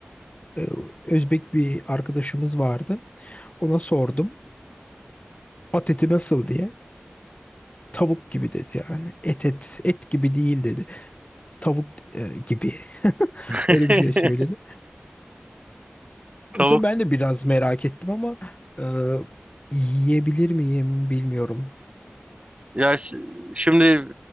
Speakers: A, on the left; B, on the right.
A: e, Özbek bir arkadaşımız vardı. Ona sordum. At eti nasıl diye. Tavuk gibi dedi yani. Et et et gibi değil dedi. Tavuk e, gibi.
B: <laughs>
A: Öyle bir şey söyledi.
B: Tavuk
A: O yüzden ben de biraz merak ettim ama e, yiyebilir miyim bilmiyorum.
B: Ya s- şimdi